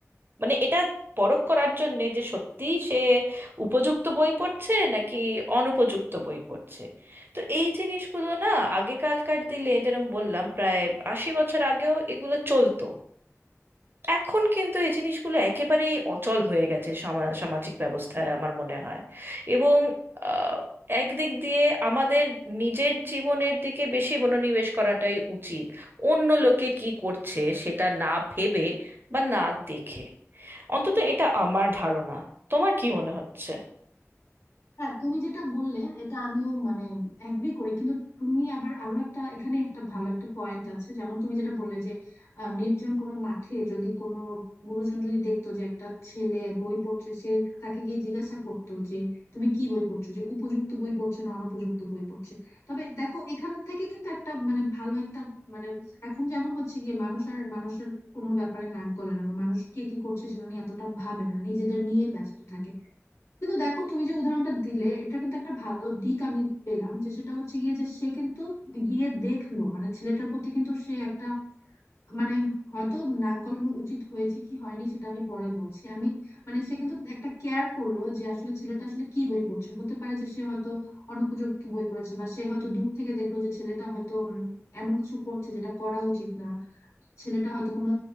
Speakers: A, on the right; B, on the left.
A: মানে এটা পরখ করার জন্যে যে সত্যি সে উপযুক্ত বই পড়ছে নাকি অনুপযুক্ত বই পড়ছে তো এই জিনিসগুলো না আগেকালকার দিলে যেরকম বললাম প্রায় আশি বছর আগেও এগুলো চলতো এখন কিন্তু এই জিনিসগুলো একেবারেই অচল হয়ে গেছে সামা- সামাজিক ব্যবস্থায় আমার মনে হয় এবং আহ, একদিক দিয়ে আমাদের নিজের জীবনের দিকে বেশি মনোনিবেশ করাটাই উচিত অন্য লোকে কি করছে সেটা না ভেবে বা না দেখে অন্তত এটা আমার ধারণা তোমার কি মনে হচ্ছে
B: হ্যাঁ তুমি যেটা বললে এটা আমিও মানে এগ্রি করি কিন্তু তুমি আবার আরো একটা এখানে একটা ভালো একটা পয়েন্ট আছে যেমন তুমি যেটা বললে যে আহ, নির্জন কোনো মাঠে যদি কোনো গুরুজন যদি দেখতো যে একটা ছেলে বই পড়ছে সে তাকে গিয়ে জিজ্ঞাসা করতো যে তুমি কি বই পড়ছো যে উপযুক্ত বই পড়ছে না অনুপযুক্ত বই পড়ছে তবে দেখো এখান থেকে কিন্তু একটা মানে ভালো একটা মানে এখন যেমন হচ্ছে গিয়ে মানুষ আর মানুষের কোনো ব্যাপারে নাক গলে না বা মানুষ কে কি করছে সেটা নিয়ে এতটা ভাবে না নিজেদের নিয়ে ব্যস্ত থাকে কিন্তু দেখো তুমি যে উদাহরণটা দিলে এটা কিন্তু একটা ভালো দিক আমি পেলাম যে সেটা হচ্ছে গিয়ে যে সে কিন্তু গিয়ে দেখলো মানে ছেলেটার প্রতি কিন্তু সে একটা মানে হয়তো নাক গলানো উচিত হয়েছে কি হয়নি সেটা আমি পরে বলছি আমি মানে সে কিন্তু একটা কেয়ার করলো যে আসলে ছেলেটা আসলে কি বই পড়ছে হতে পারে যে সে হয়তো অনুপযুক্ত বই পড়েছে বা সে হয়তো দূর থেকে দেখলো যে ছেলেটা হয়তো উম, এমন কিছু করছে যেটা করা উচিত না ছেলেটা হয়তো কোনো